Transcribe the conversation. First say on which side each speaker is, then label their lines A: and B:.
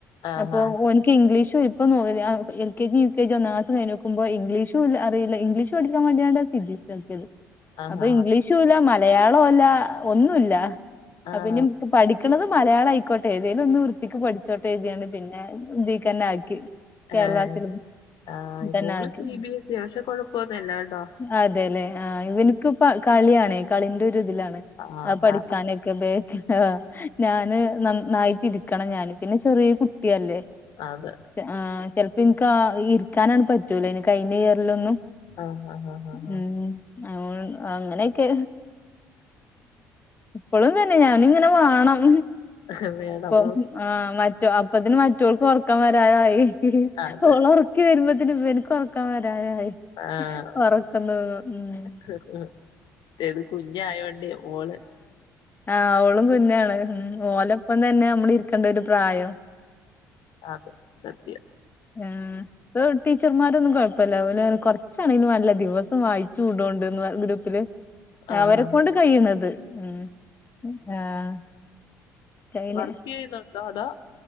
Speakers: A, on the left (about 60°); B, on the left (about 25°).
A: ആഹ് ആഹ്
B: അപ്പൊ ഓൻ ഇപ്പം ഇംഗ്ളീഷും ഇപ്പോ മുതൽ L K G U K G ഒന്നാം ക്ലാസ്സ്‌ കഴിഞ്ഞു നോക്കുമ്പോ ഇംഗ്ലീഷുല്ല അറിയില്ല ഇംഗ്ലഷ് പഠിക്കാ വേണ്ടിയാണ്ട് <unintelligible>
A: ആഹ്
B: അപ്പം ഇംഗ്ലീഷുല്ല മലയാളോല്ല ഒന്നുല്ല അപ്പന്നി
A: ആഹ്
B: പഠിക്ക പഠിക്കണത് മലയാളം ആയിക്കോട്ടെ ഏതേലും ഒന്ന് വൃത്തിക്ക് പഠിച്ചോട്ടെ <unintelligible> പിന്നെ ഇതീക്കെന്നെ ആക്കി കേരളാ
A: ആഹ്
B: സിലബസ്
A: ആഹ്
B: തന്നെ
A: മോള്
B: ആക്കി
A: സി ബി എസ് ഇ പക്ഷെ കൊഴപ്പൊന്നുല്ല കേട്ടോ
B: അതെല്ലേ ആഹ് ഇവന് ക്കിപ്പം കളിയാണ് കളിന്റെ ഒരു ഇതിലാണ്
A: ആഹ്
B: അത്
A: അതാ
B: പഠിക്കാന് <unintelligible> ഞാന് നന്നായിട്ടിരിക്കണം ഞാന് പിന്നെ ചെറിയ കുട്ടിയല്ലേ
A: അതെ
B: ആഹ് ചെലപ്പം ഇൻക്ക് ഇരിക്കാനാണ് പറ്റൂലയ്നു കഴിഞ്ഞ ഇയറിലൊന്നും
A: ആഹ് ആഹ് ആഹ്
B: ഉം അങ്ങനെയൊക്കെ ഇപ്പളും തന്നെ ഞാനിങ്ങനെ വാണം
A: ആഹ് വേണം
B: ഇപ്പം ആഹ് മറ്റ അപ്പത്തിന് മറ്റോൾക്ക് ഒറക്കം വരാറായി
A: അതെ
B: ഓളെ ഒർ ക്കം വരുമ്പോത്തന് ഇബൻക്ക് ഒറക്കം വരാനായി
A: ആഹ്
B: ഒറക്കം തൂങ്ങും ഉം
A: <unintelligible> മറ്റേത് കുഞ് ആയോണ്ടേ ഓള്
B: ആഹ് ഓളും കുഞാണ് ഉം ഓലൊപ്പം തന്നെ നമ്മള് ഇരിക്കണ്ട ഒരു പ്രായം
A: അത് സത്യം
B: ആഹ് <unintelligible> ടീച്ചർമാരൊന്നും കൊഴപ്പല്ല ഓല് പറയും കൊറച്ചാണെങ്കിലും വേണ്ടില്ല ദിവസം വായിച്ചു വിടോണ്ട് ഗ്രൂപ്പില്
A: ആഹ്
B: അവരെക്കൊണ്ട് കഴിയണത് ഉം ആഹ് കയ്യില്
A: വർക്ക് ചെയ്യുന്നുണ്ടോ അതോ